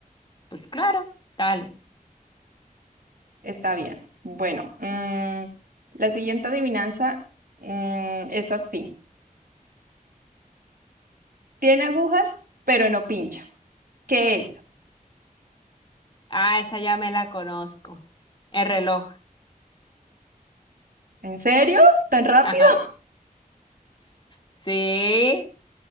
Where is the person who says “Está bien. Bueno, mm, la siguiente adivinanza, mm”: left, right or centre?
Right